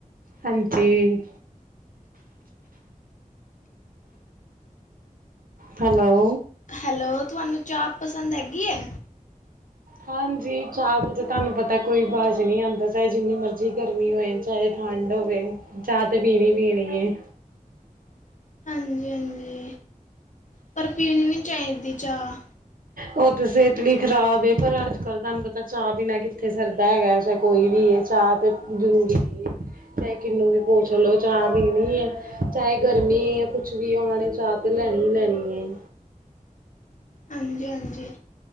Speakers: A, on the right; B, on the left.
A: ਹਾਂਜੀ। ਹੈਲੋ।
B: ਹੈਲੋ ਤੁਹਾਨੂੰ ਚਾਹ ਪਸੰਦ ਹੈਗੀ ਹੈ।
A: ਹਾਂਜੀ ਚਾਹ ਦਾ ਤਾਂ ਤੁਹਾਨੂੰ ਪਤਾ ਕੋਈ ਬਾਜ਼ ਨਹੀਂ ਆਦਾ ਚਾਹੇ ਜਿੰਨੀ ਮਰਜ਼ੀ ਗਰਮੀ ਹੋਏ। ਚਾਹੇ ਠੰਡ ਹੋਵੇ ਚਾਹ ਤੇ ਪੀਣੀ-ਪੀਣੀ ਏ।
B: ਹਾਂਜੀ-ਹਾਂਜੀ। ਪਰ ਪੀਣੀ ਨੀ ਚਾਹੀਦੀ ਚਾਹ।
A: ਉਹ ਤਾਂ ਸਿਹਤ ਲਈ ਖ਼ਰਾਬ ਏ ਪਰ ਅੱਜ ਕੱਲ ਤੁਹਾਨੂੰ ਪਤਾ ਚਾਹ ਪੀਨਾ ਕਿੱਥੇ ਸਰਦਾ ਹੈਗਾ ਚਾਹੇ ਕੋਈ ਵੀ ਹੈ ਚਾਹ ਜ਼ਰੂਰੀ ਏ। ਚਾਹੇ ਕਿੰਨੂੰ ਵੀ ਪੋਛ ਲਓ ਚਾਹ ਪੀਣੀ ਹੈ। ਚਾਹੇ ਗਰਮੀ ਜਾਂ ਕੁਛ ਵੀ ਉਹਨਾਂ ਨੇ ਚਾਹ ਤੇ ਲੈਣੀ ਹੀ ਲੈਣੀ ਹੈ।
B: ਹਾਂਜੀ ਹਾਂਜੀ